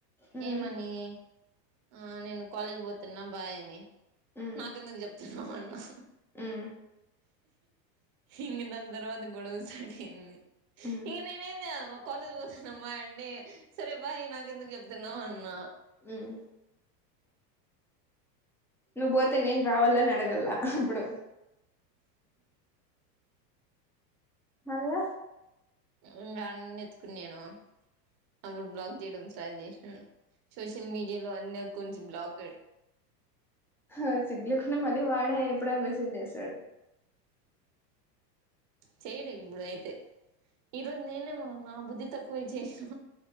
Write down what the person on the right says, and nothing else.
ఏమని ఆ నేను కాలేజ్ పోతున్నా బాయ్ అని
నాకెందుకు చెప్తున్నావ్ అన్నా
ఇంకా దాని తర్వాత గొడవ స్టార్ట్ అయ్యింది
ఇంగ నేను అమ్ కాలేజ్ పోతున్నామ్మా అండి సరే బాయ్ నాకెందుకు చెప్తున్నావు అన్నా
ఇంగా అడానుండి ఎతుకున్నా నేను అప్పుడు బ్లాక్ చేయడం స్టార్ట్ చేసాను సోషల్ మీడియాలో అన్ని అకౌంట్స్ బ్లా <unintelligible>
చేయడు ఇప్పుడు అయితే ఈరోజు నేనే మా నా బుద్ధి తక్కువే చేయ